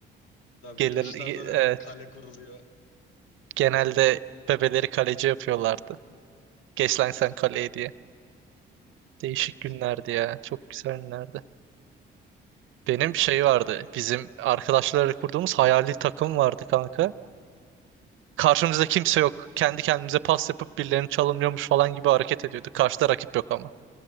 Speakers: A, on the left; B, on the right.
A: Tabii
B: Gelir
A: taşlardan
B: evet,
A: hemen kale kuruluyor.
B: genelde bebeleri kaleci yapıyorlardı. Geç lan sen kaleye diye. Değişik
A: <laughs>
B: günlerdi ya. Çok güzel günlerdi. Benim
A: Geldi
B: şey
A: tabii
B: vardı.
A: ya.
B: Bizim arkadaşlarla kurduğumuz hayali takım vardı kanka. Karşımızda kimse yok. Kendi kendimize pas yapıp birilerini çalımlıyormuş falan gibi hareket ediyordu. Karşıda rakip yok ama.